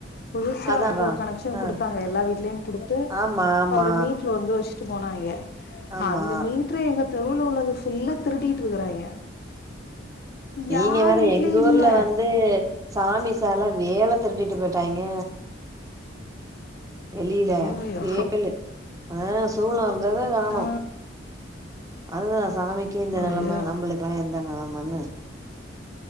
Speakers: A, on the left; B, on the right.
A: புதுசா
B: அதா
A: வந்து
B: அதா
A: ஒரு கனெக்ஷன்
B: ஆ
A: குடுத்தாங்க எல்லா வீட்லயு குடுத்து
B: ஆமா ஆமா
A: ஒரு மீட்ரு வந்து வெச் ட்டு போனாய்ங்க
B: ஆமா
A: அந்த மீட்ரு எங்க தெருல உள்ளது ஃபுல்லா திருடிட்டு இருக்கறாங்க
B: நீங்க
A: யார்
B: வேற
A: வீட்லயு
B: எங்க ஊர்ல
A: இல்ல
B: வந்து சாமி செல வேல திருட்டிட்டு போயிட்டாங்க வெளியில
A: அய்யோயோ
B: வேழு ஆ சூலோ இருந்தத காணோ
A: ஆ
B: அதுதா சாமிக்கே இந்த நெலம
A: அய்யோ
B: நம்பளுக்கெல்லா எந்த நெலமன்னு